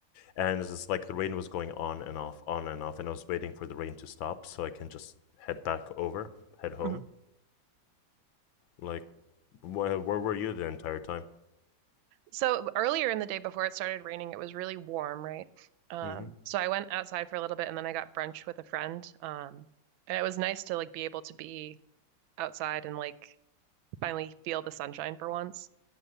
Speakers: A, on the left; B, on the right.
A: and it's just like the rain was going on and off, on and off and I was waiting for the rain to stop so I can just head back over, head home.
B: mhm.
A: Like wh where were you the entire time?
B: So earlier in the day before it started raining, it was really warm, right? Um,
A: hmm
B: so I went outside for a little bit and then I got brunch with a friend. Um, and it was nice to like be able to be outside and like finally feel the sunshine for once.